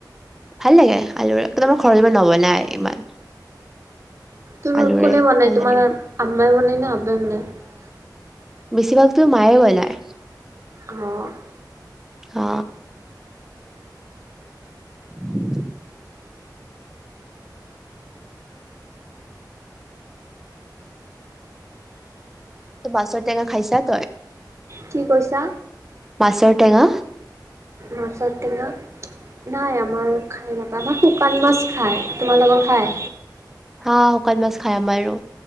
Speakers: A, in the centre; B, on the right (about 40°).
A: ভাল লাগে আলুৰে, কিন্তু আমাৰ ঘৰত ইমান নবনাই ইমান।
B: তোৰ
A: আলুৰে
B: কোনে বনাই
A: ভাল
B: তোমাৰ
A: লাগে
B: আম মাই বনাই ন'। <unintelligible>
A: বেছিভাগ টো মায়ে বনাই।
B: অ'। <inaudible>
A: অ উম। টো মাছৰ টেঙা খাইছে তই?
B: কি কৈছা
A: মাছৰ টেঙা?
B: মাছৰ টেঙা! নাই আমাৰ খাই নাপায় আমাৰ শুকান মাছ খাই। তোমালোকৰ খাই?
A: হা শুকান মাছ খাই আমাৰো